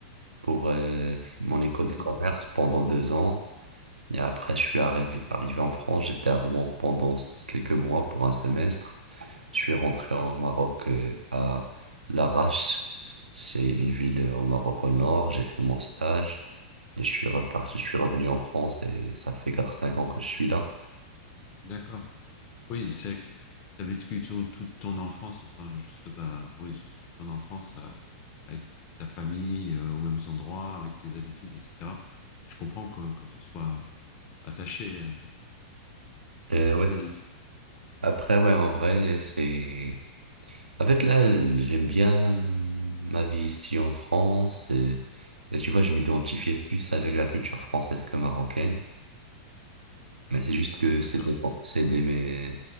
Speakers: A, on the right; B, on the left.
A: pour euh, mon école
B: les
A: de commerce
B: études.
A: pendant deux ans. Et après, je suis arrivé arrivé en France. J'étais à Rouen pendant s- quelques mois pour un semestre. Je suis rentré au Maroc euh, à Larache. C'est une ville euh, au Maroc au nord. J'ai fait mon stage. Et je suis reparti, je suis revenu en France et ça fait quatre cinq ans que je suis là.
B: D'accord. Oui, c'est que tu as vécu ton- toute ton enfance, enfin, jusqu'à ta, oui, toute ton enfance euh, avec ta famille, euh, aux mêmes endroits, avec tes habitudes, etc. Et je comprends que, que tu sois attaché euh,
A: Euh,
B: un petit
A: ouais.
B: peu aussi.
A: Après, ouais, en vrai, c'est... En fait, là, j'aime bien hum, ma vie ici en France. Et, et tu vois, je m'identifiais plus avec la culture française que marocaine. Mais c'est juste que c'est
B: D'accord.
A: des, c'est des, mais,